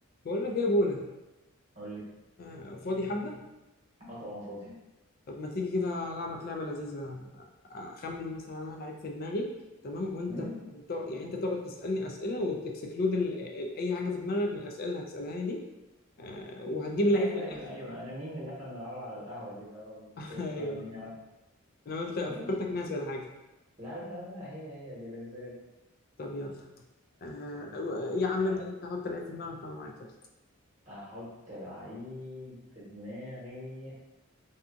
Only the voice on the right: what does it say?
قول لي
اه طبعا فاضي
مم؟
ايوه
ايوه ايوه انا مين اللي احنا بنلعبها على القهوه دي اللي هو بنشوف
مين يعرف
ماشي ماشي
لا لا لا لا، هي هي دي لذيذه جدا
آه
تعال
احط لعيب في دماغي